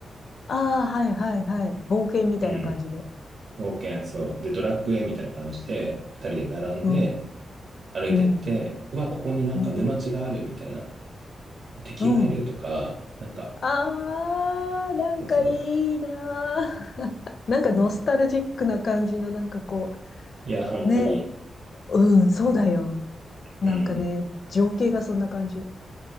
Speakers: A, on the left; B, on the right.
A: ああ、はいはいはい。冒険みたいな感じで。
B: うん。冒険、そう。で、ドラクエみたいな感じで、二人で並んで
A: うん、
B: 歩いてって、
A: うん、
B: うわ、ここになんか沼地があるみたいな。
A: うん、
B: で、敵がいるとか、
A: うん。
B: なんか、
A: ああ、なんかいいなー。
B: そうそう。
A: <laughs> なんかノスタルジックな感じの、
B: そうだね
A: なんかこ
B: いや、本当に、
A: う、ね。うん、そうだよ。なんかね、
B: うん。
A: 情景がそんな感じ。